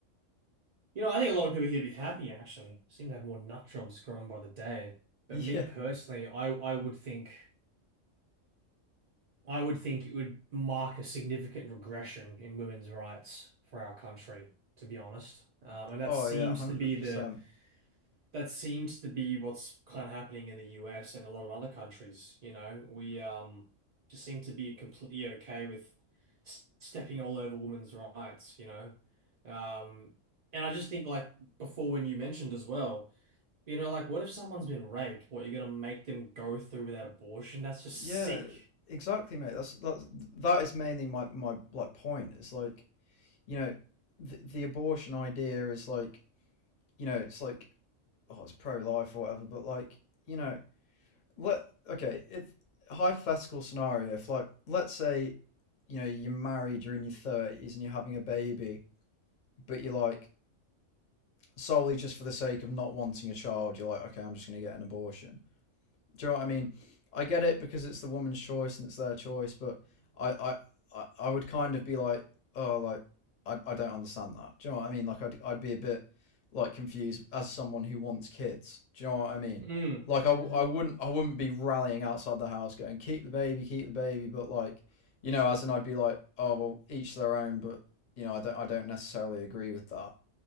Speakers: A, on the right (about 80°); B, on the left (about 50°).
A: You know, I think a lot of people here would be happy actually. Seem to have more nut jobs growing by the day. But
B: <laughs>
A: me
B: yeah.
A: personally, I I would think I would think it would mark a significant regression in women's rights for our country, to be honest. Um, and that
B: Oh
A: seems
B: yeah, one hundred
A: to be
B: percent.
A: the that seems to be what's kind of happening in the US and a lot of other countries. You know, we um just seem to be completely okay with s- stepping all over women's rights. You know, um, and I just think like before when you mentioned as well. You know, like what if someone's been raped? What, you're gonna make them go through that abortion? That's just
B: Yeah,
A: sick.
B: exactly, mate. That's that's that is mainly my my like point. It's like you know the, the abortion idea is like you know it's like oh it's pro life or whatever, but like you know let okay if hypothetical scenario if like let's say you know you're married, you're in your thirties and you're having a baby, but you're like solely just for the sake of not wanting a child, you're like okay I'm just gonna get an abortion. Do you know what I mean? I get it because it's the woman's choice and it's their choice, but I, I, I, I would kind of be like, oh, like I, I don't understand that. Do you know what I mean? Like I'd, I'd be a bit like confused as someone who wants kids. Do you know what I mean?
A: Mm.
B: like I, I would
A: hmm
B: not I, w- I wouldn't, I wouldn't be rallying outside the house going, keep the baby, keep the baby. But like, you know, as in I'd be like, oh, well, each their own. But you know, I don't, I don't necessarily agree with that.